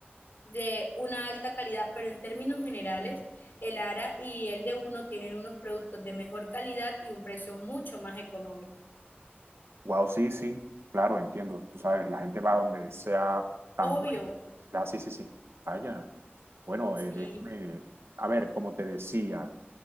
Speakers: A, on the left; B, on the right.
A: de una alta calidad, pero en términos generales, el ARA y el de uno tienen unos productos de mejor calidad y un precio mucho más económico.
B: Wow, sí, sí, claro, entiendo. Tú sabes, la gente va donde sea tan
A: Obvio,
B: buena. Sí, sí, sí. Vaya. Bueno,
A: sí,
B: eh, déjame. A ver, como te decía,